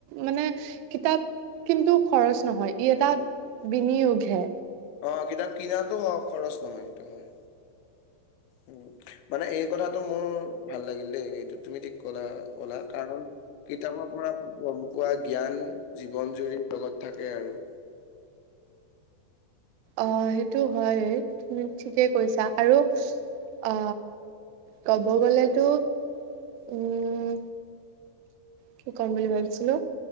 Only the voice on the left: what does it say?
অ' কিতাপ কিনাতো অহ খৰচ নহয় এইটো হয় উম। মানে এই কথাটো মোৰ ভাল লাগিল দেই এইটো তুমি ঠিক ক'লা অলা কাৰণ কিতাপৰ পৰা গম পোৱা জ্ঞান জীৱন জুৰি লগত থাকে আৰু।
<inaudible>